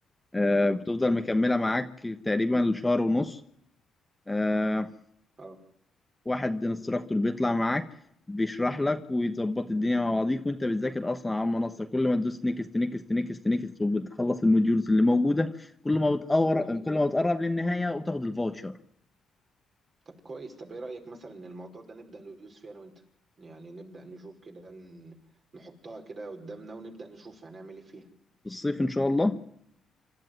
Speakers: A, in the centre; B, on the right (about 50°).
A: آه
B: مم.
A: بتفضل
B: امم
A: مكمله معاك تقريبا لشهر ونص آه
B: اه
A: واحد انستراكتور بيطلع معاك بيشرح لك ويظبط الدنيا مع بعضيك وانت بتذاكر اصلا على المنصه كل ما تدوس نيكست نيكست نيكست نيكست وبتخلص الموديولز اللي موجوده كل ما بتقور
B: طب جميل جميل
A: كل
B: ده
A: ما بتقرب للنهايه وتاخد الفاوتشر
B: طب كويس طب ايه رايك مثلا ان الموضوع ده نبدا ندوس فيه انا وانت يعني نبدا نشوف كده ن- نحطها كده قدامنا ونبدا نشوف هنعمل ايه فيها
A: في الصيف ان شاء الله